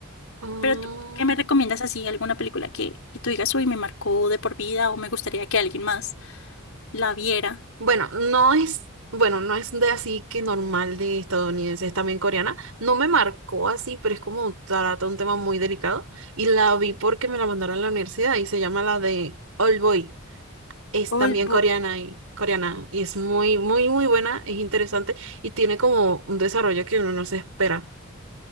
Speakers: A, on the right (about 85°); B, on the left (about 75°).
A: Mm,
B: Pero tú, ¿qué me recomiendas así? ¿Alguna película que, que tú digas, uy, me marcó de por vida o me gustaría que alguien más la viera?
A: bueno, no es, bueno, no es de así que normal de estadounidense, es también coreana. No me marcó así, pero es como trata un tema muy delicado. Y la vi porque me la mandaron a la universidad y se llama la de All Boy. es
B: Old
A: también
B: Boy.
A: coreana y coreana y es muy, muy, muy buena, es interesante y tiene como un desarrollo que uno no se espera.